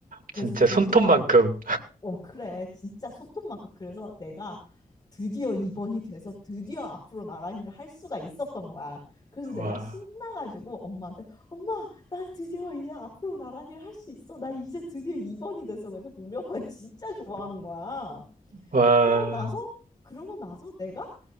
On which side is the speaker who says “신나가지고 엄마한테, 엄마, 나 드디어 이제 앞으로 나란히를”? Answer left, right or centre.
Left